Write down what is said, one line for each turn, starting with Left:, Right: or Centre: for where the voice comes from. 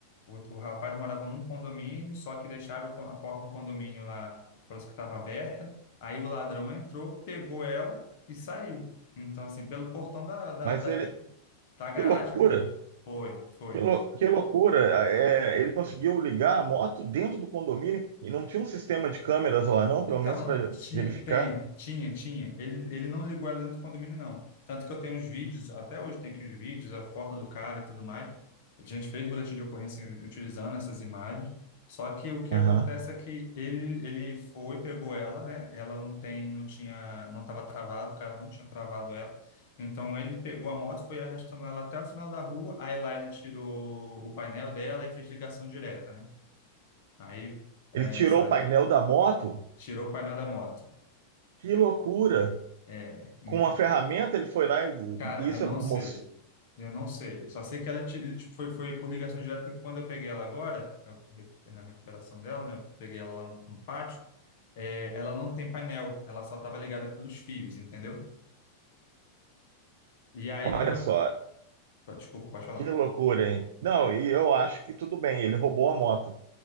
Left: O, o rapaz morava num condomínio, só que deixaram o con- a porta do condomínio lá, parece que estava aberta. Aí o ladrão entrou, pegou ela e saiu. Então, assim, pelo portão da, da,
Right: Mas
Left: da,
Right: ele,
Left: da garagem
Right: que loucura!
Left: mesmo. Foi, foi.
Right: Que, lou- que loucura! É, ele conseguiu ligar a moto dentro do condomínio e não tinha um sistema de câmeras lá, não, pelo
Left: Então,
Right: menos para
Left: tinha,
Right: verificar.
Left: tem, tinha, tinha. Ele, ele não ligou ela dentro do condomínio, não. Tanto que eu tenho os vídeos, até hoje tem aqui os vídeos, a foto do cara e tudo mais. A gente fez boletim de ocorrência utilizando essas imagens. Só que o que
Right: Aham.
Left: acontece é que ele, ele foi, pegou ela, né? Ela não tem, não tinha, não estava travado, o cara não tinha travado ela. Então ele pegou a moto, foi arrastando ela até o final da rua. Aí lá ele tirou o painel dela e fez ligação direta, né? Aí essa,
Right: Ele tirou o painel da moto.
Left: tirou o painel da moto.
Right: Que loucura!
Left: É, inf-
Right: Com uma ferramenta ele foi lá e,
Left: cara,
Right: e isso,
Left: eu não sei.
Right: moço,
Left: Eu não sei. Só sei que ela ti- ele, tipo, foi, foi por ligação direta, porque quando eu peguei ela agora, eu- na recuperação dela, né? Eu peguei ela lá no, no pátio, é, ela não tem painel, ela só estava ligada pelos fios, entendeu? E aí,
Right: olha
Left: como é.
Right: só,
Left: Desculpa, pode falar.
Right: que loucura, hein? Não, e eu acho que tudo bem, ele roubou a moto.